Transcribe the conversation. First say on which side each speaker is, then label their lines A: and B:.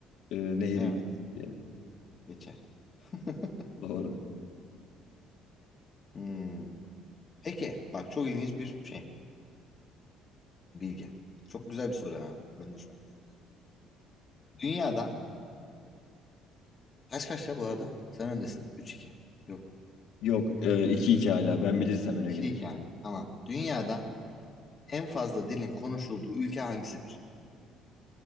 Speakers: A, on the left; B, on the left.
A: e, nehri
B: Evet.
A: diye.
B: Geçer. <laughs>
A: Doğru.
B: Hmm. Peki bak çok ilginç bir şey. Bilgi. Çok güzel bir soru ha. Benim hoşuma gitti. Dünyada kaç kaç ya bu arada? Sen öndesin. Üç iki. Yok.
A: Yok e, iki 2 hala ben bilirsem öne
B: iki
A: gel.
B: iki yani. Tamam. Dünyada En fazla dilin konuşulduğu ülke hangisidir?